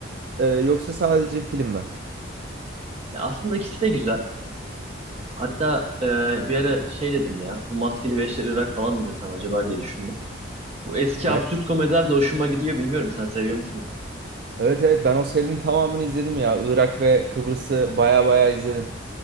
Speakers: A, on the right; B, on the right.
A: e, yoksa sadece film mi?
B: ya aslında ikisi de güzel. Hatta e, bir ara şey dedim ya bu Maskeli Beşler Irak falan mı izlesem acaba diye düşündüm. Bu eski
A: Aynen.
B: absürt komediler de hoşuma gidiyor bilmiyorum sen seviyor musun?
A: Evet evet ben o serinin tamamını izledim ya. Irak ve Kıbrıs'ı baya baya izledim.